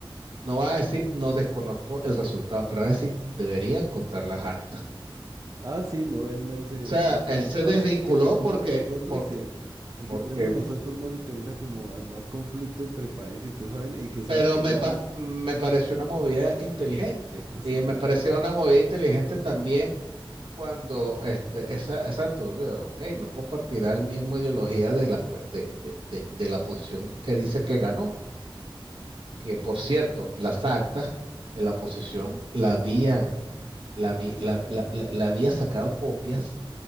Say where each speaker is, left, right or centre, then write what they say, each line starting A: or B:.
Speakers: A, on the right; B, on the right.
A: no va a decir, no desconozco el resultado, pero va a decir, deberían contar las actas.
B: Ah, sí, no, él no se.
A: O sea,
B: Lo que,
A: él
B: lo
A: se
B: que pasa
A: desvinculó
B: es que el que tenemos
A: porque,
B: nosotros,
A: porque,
B: sí. El
A: porque,
B: que tenemos nosotros no le interesa como armar conflicto entre países y todo, ¿saben? Y que sabe
A: pero
B: que
A: me,
B: igual.
A: pa- me pareció una movida inteligente.
B: Ah, sí,
A: Y
B: claro.
A: me pareció una movida inteligente también Cuando, este, esa, exacto, eh, ok, no compartirá el mismo ideología de la, pe- de, de- de- de la posición que dice que ganó, que por cierto, las actas en la oposición la había, la, vi- la, la- la- la había sacado copias